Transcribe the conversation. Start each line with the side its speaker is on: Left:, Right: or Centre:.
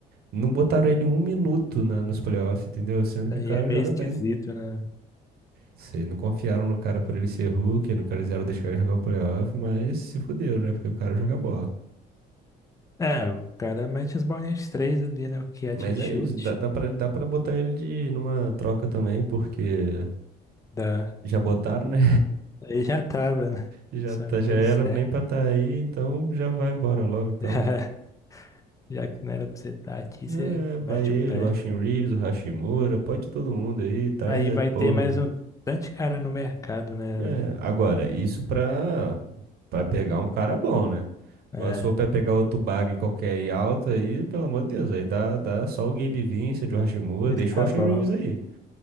Right: não botaram ele um minuto na, nos playoffs, entendeu? Sendo que
Left: Aí
Right: o cara
Left: é meio
Right: joga
Left: esquisito,
Right: bem.
Left: né?
Right: Sei, não confiaram no cara por ele ser Hulk, não quiseram deixar ele jogar o playoff, mas se fuderam, né? Porque o cara joga bola.
Left: É, o cara mete as bolinhas de três ali, né? O catch
Right: Mas
Left: and shoot.
Right: é isso, dá, dá pra, dá pra botar ele de, numa troca também, porque
Left: Dá.
Right: já botaram, né?
Left: Aí já tava, né?
Right: Já,
Left: Só
Right: tá,
Left: não deu
Right: já era
Left: certo.
Right: nem pra estar aí, então já vai embora logo,
Left: <laughs>
Right: então.
Left: Já, já que não era pra você estar aqui,
Right: É,
Left: você
Right: vai
Left: mete
Right: ele,
Left: o pé.
Right: o Austin Reeves, o Hashimura, pode todo mundo aí, traz
Left: Aí
Right: é
Left: vai
Right: porra
Left: ter mais
Right: do...
Left: um tanto de cara no mercado, né?
Right: É,
Left: velho?
Right: agora, isso pra, pra pegar um cara bom, né?
Left: É,
Right: Agora se for pra pegar outro bag qualquer aí alto aí, pelo amor de Deus, aí dá, dá só o Gabe Vincent, o Hashimura,
Left: <laughs>
Right: deixa
Left: tá
Right: o Austin
Left: bom.
Right: Reeves aí.